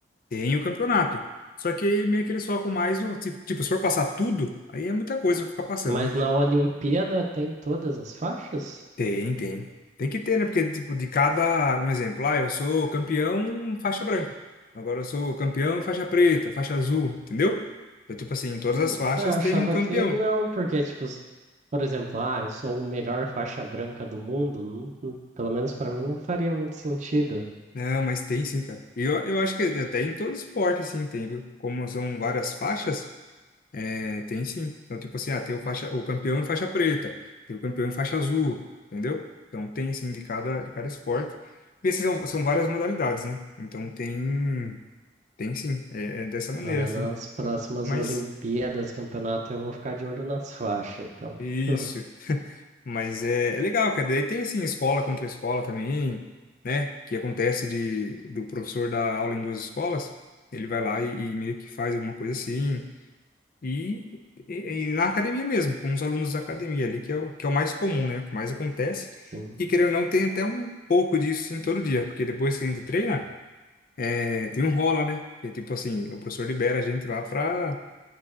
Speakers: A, on the left; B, on the right.
A: tem o campeonato. Só que aí meio que eles focam mais no. ti- Tipo, se for passar tudo, aí é muita coisa pra ficar passando,
B: Mas
A: né?
B: na Olimpíada tem todas as faixas?
A: Tem, tem. Tem que ter, né? Porque, tipo, de cada. Um exemplo, ah, eu sou campeão faixa branca. Agora eu sou campeão faixa preta, faixa azul, entendeu? Então, tipo assim, em todas
B: Ué,
A: as faixas
B: ah,
A: tem
B: achava
A: um campeão.
B: que não, porque tipo, s- por exemplo, ah, eu sou o melhor faixa branca do mundo, não- não- pelo menos para mim não faria muito sentido.
A: Não, mas tem sim, cara. E eu, eu acho que até em todo esporte, assim, tem, viu? Como são várias faixas. É, tem sim. Então, tipo assim, ah, tem o, faixa, o campeão em faixa preta, tem o campeão em faixa azul, entendeu? Então tem assim de cada, de cada esporte. Porque esses são, são várias modalidades, né? Então tem, tem sim, é, é dessa maneira,
B: Agora
A: assim.
B: nas próximas
A: Mas
B: Olimpíadas, campeonato, eu vou ficar de olho nas faixas, então.
A: isso,
B: <laughs>
A: mas é, é legal, cara. Daí tem assim, escola contra escola também, né? Que acontece de do professor dar aula em duas escolas, ele vai lá e, e meio que faz alguma coisa assim. E, e- e na academia mesmo, com os alunos da academia ali, que é o, que é o mais comum, né? O que mais acontece.
B: Sim.
A: E querendo ou não, tem até um pouco disso em todo dia, porque depois que a gente treina, é, tem um rola, né? Que é tipo assim, o professor libera a gente lá pra,